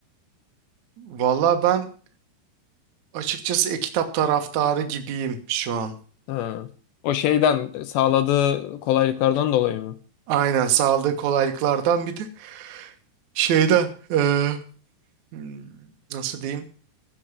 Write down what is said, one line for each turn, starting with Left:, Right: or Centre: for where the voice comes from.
Right: Valla ben açıkçası e-kitap taraftarı gibiyim şu an.
Left: Ha. O şeyden e, sağladığı kolaylıklardan dolayı mı?
Right: Aynen sağladığı kolaylıklardan bir de şeyden eee, hmm, nasıl diyeyim?